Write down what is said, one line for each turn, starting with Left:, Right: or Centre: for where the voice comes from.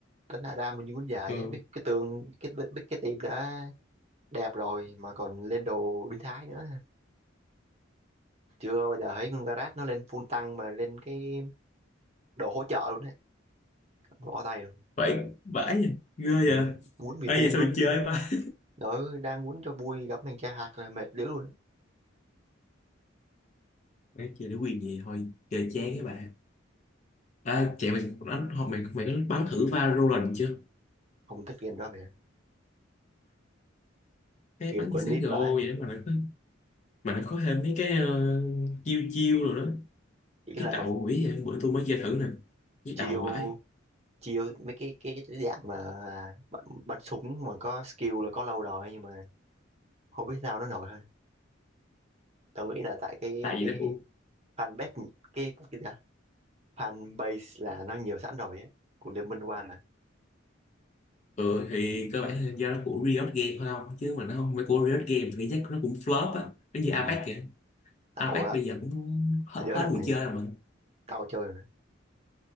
Right: đánh ra ra mình như quýnh giải
Left: ừ.
Right: á biết cái tường biết, biết, biết cái team đã đẹp rồi mà còn lên đồ biến thái nữa chưa bao giờ thấy con Garage nó lên full tăng mà lên cái đồ hỗ trợ luôn đấy bỏ tay luôn
Left: vậy vãi vậy ghê vậy
Right: ừ, quýnh vì
Left: ơi
Right: team
Left: vậy sao
Right: luôn á
Left: chơi ba
Right: Đó, đang quýnh cho vui gặp thằng cha hạt là mệt đéo luôn á.
Left: Bé chơi để quyền gì thôi chơi chán các bạn À, chạy mày đánh học mày mày có bắn thử Valorant chưa?
Right: Không thích game đó mẹ.
Left: Cái
Right: Game
Left: bắn
Right: của
Left: như CS:GO
Right: anh nít vậy.
Left: vậy mà nó có mà nó có thêm mấy cái ờ, chiêu chiêu rồi đó.
Right: Chỉ là
Left: Chiếc đầu quỷ vậy, bữa tôi mới chơi thử nè. Chiếc
Right: chiêu
Left: đầu vậy.
Right: chiêu mấy cái cái, cái dạng mà bắn, bắn súng mà có skill là có lâu rồi nhưng mà không biết sao nó nổi thôi. Tao nghĩ là tại cái
Left: Tại vì
Right: cái
Left: nó của
Right: fan base cái cái gì đó, fan base là nó nhiều sẵn rồi á của Liên Minh One Ừ.
Left: ừ, thì cơ bản là do nó của Riot Games thôi không chứ mà nó không phải của Riot Games thì chắc nó cũng flop á. Nó như
Right: Ừ.
Left: Apex vậy.
Right: À,
Left: Apex
Right: ủa, à,
Left: bây giờ cũng hết,
Right: đứa
Left: hết
Right: nào mày?
Left: người chơi rồi mà.
Right: Tao chơi rồi.